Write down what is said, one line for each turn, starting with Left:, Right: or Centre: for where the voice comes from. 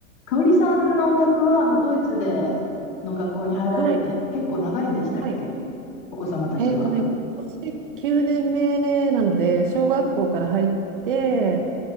Left: 香織さんのお宅はもうドイツでの学校に入られて結構長いんでしたっけ
Right: はい、はい。
Left: お子様たちは。
Right: えっとね、今年9年目なので、小学校から入って、